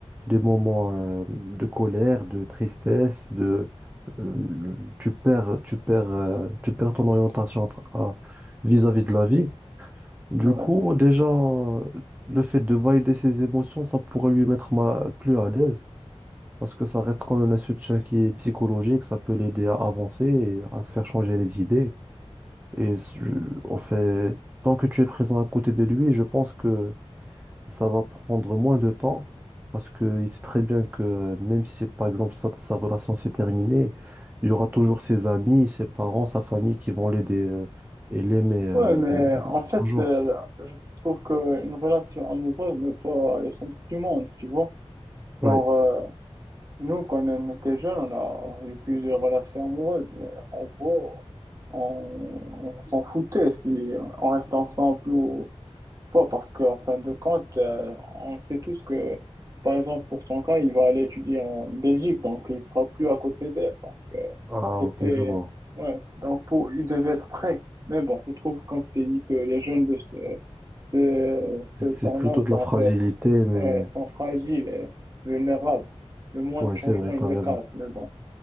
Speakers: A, on the right; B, on the right.
A: des moments euh, de colère, de tristesse, de euh, le- tu perds, tu perds, euh, tu perds ton orientation entre- à- vis-à-vis de la vie. Du
B: Ouais,
A: coup, déjà, le fait de valider ses émotions, ça pourrait lui mettre ma- plus à l'aise. Parce que ça reste quand même un soutien qui est psychologique, ça peut l'aider à avancer et à se faire changer les idées. Et s- je- en fait, tant que tu es présent à côté de lui, je pense que ça va prendre moins de temps parce qu'il sait très bien que même si, par exemple, sa, sa relation s'est terminée, il y aura toujours ses amis, ses parents, sa famille qui vont l'aider euh, et l'aimer euh,
B: Ouais, mais en fait,
A: toujours.
B: c'est la- je trouve qu'une relation amoureuse n'est pas le centre du monde, tu vois.
A: Oui.
B: Genre, euh, nous, quand on était jeunes, on a eu plusieurs relations amoureuses, mais en gros, on, on s'en foutait si on reste ensemble ou Pourquoi? Parce qu'en fin de compte, euh, on sait tous que, par exemple, pour son cas, il va aller étudier en Belgique, donc il sera plus à côté d'elle. Donc, euh,
A: Ah,
B: c'était.
A: ok, je vois.
B: Ouais, donc pour... il devait être prêt. Mais bon, je trouve, comme je t'ai dit, que les jeunes de ce, ce, ce temps-là
A: C'est plutôt
B: sont
A: de la fragilité,
B: un peu. fra-
A: mais
B: Ouais, sont fragiles et vulnérables. Le moindre
A: ouais,
B: changement,
A: c'est vrai, t'as
B: il les
A: raison.
B: casse. Mais bon,